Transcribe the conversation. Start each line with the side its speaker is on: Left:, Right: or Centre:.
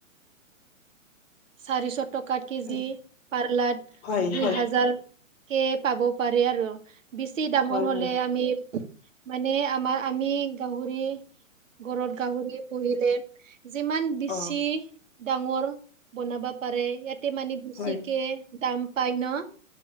Right: চাৰিশ টকা কেজি
Left: হয়,
Right: পাৰ্লাদ
Left: হয়,
Right: দুই
Left: হয়,
Right: হাজাৰ কে পাব পাৰে আৰু বেছি ডাঙৰ
Left: হয়,
Right: হলে
Left: হয়,
Right: আমি মানে আমাৰ আমি গাহৰি ঘৰত গাহৰি পুহিলে যিমান বেছি
Left: অ'।
Right: ডাঙৰ বনাবা পাৰে ইয়াতে মানে বেছিকে
Left: হয়,
Right: দাম পায় ন